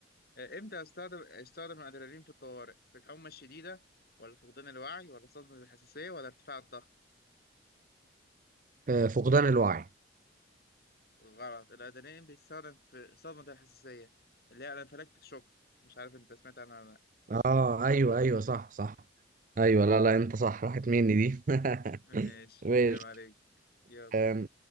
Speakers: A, on the left; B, on the right.
A: آه، امتى استخدم استخدم الادرينالين في الطوارئ في الحمى الشديده ولا فقدان الوعي ولا صدمه الحساسيه ولا ارتفاع الضغط
B: آه فقدان الوعي
A: غلط الأدرينالين بيستخدم في صدمة الحساسية اللي هي الانفلاكتيك شوك مش عارف انت سمعت عنها ولا لأ
B: اه ايوه ايوه صح صح ايوه
A: اه
B: لا لا انت صح راحت مني دي
A: ماشي
B: <laughs> ماشي
A: عيب عليك يلا
B: آم،